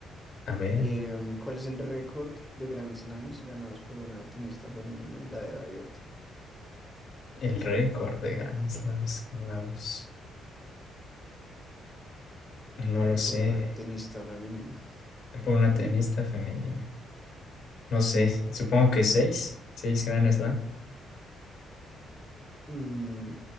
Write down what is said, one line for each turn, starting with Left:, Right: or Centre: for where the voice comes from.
Left: A ver,
Centre: Em, ¿cuál es el récord de Grand Slams ganados por una tenista femenina en la era abierta
Left: el récord de Grand Slams ganados. No lo
Centre: y
Left: sé,
Centre: por una tenista femenina?
Left: por una tenista femenina. No sé, supongo que seis, seis Grand Slam.
Centre: Mm,